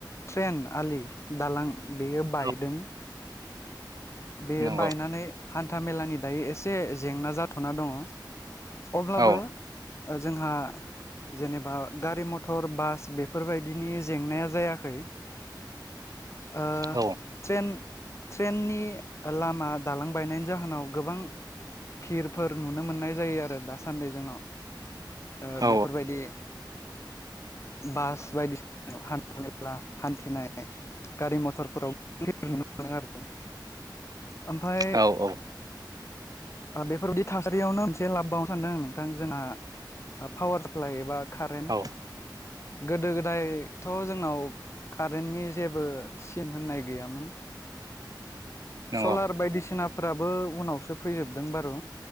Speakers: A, on the left (about 35°); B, on the right (about 50°).
A: ट्रेन आलि दालां बेयो बायदों
B: औ
A: बेयो
B: नंगौ
A: बायनानै हान्था मेलानि दायो एसे जेंना जाथ'ना दङ अब्लाबो
B: औ
A: जोंहा जेनेबा गारि मथर बास बेफोरबायदिनि जेंनाया जायाखै। ओ
B: औ
A: ट्रेन ट्रेननि लामा दालां बायनायनि जाहोनाव गोबां फिरफोर नुनो मोननाय जायो आरो दासान्दि जोंनाव। ओ
B: औ
A: बेफोरबायदि बास बायदिसिनायाव हान्था मेला हान्थिनाय गारि मथरफोरावनो <unintelligible> नुनो मोनदों आरोना। ओमफ्राय
B: औ औ
A: ओ बेफोरबायदि थासारियावनो मोनसे लाबबावनो सानदों नोंथां जोंहा पावार साप्लाइ एबा कारेन्ट
B: औ
A: गोदो गोदायथ' जोंनाव कारेन्टनि जेबो सिन होननाय गैयामोन
B: नंगौ
A: सलार बायदिसिनाफोराबो उनावसो फैजोबदों बारु